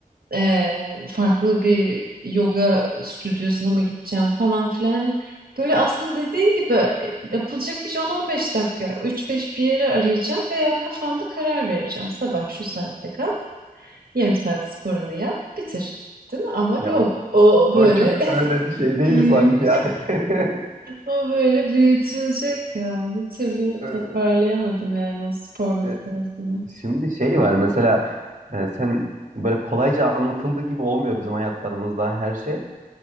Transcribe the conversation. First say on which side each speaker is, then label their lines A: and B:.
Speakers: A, on the right (about 75°); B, on the right (about 55°).
A: e, farklı bir yoga stüdyosuna mı gideceğim falan filan. Hani böyle aslında dediğin gibi e, yapılacak iş on on beş dakika. üç beş bir yere arayacağım veya kafamda karar vereceğim. Sabah şu saatte kal, yarım saat sporunu yap, bitir. Değil mi? Ama
B: Ya
A: yok.
B: o,
A: O böyle
B: o çok öyle bir şey
A: <laughs>
B: değil
A: büyü-
B: sanki yani. <laughs>
A: o böyle büyütülecek ya. Bir türlü
B: Ee,
A: toparlayamadım yani o spor meselesini.
B: ya şimdi şey var mesela e, sen böyle kolayca anlatıldığı gibi olmuyor bizim hayatlarımızda her şey.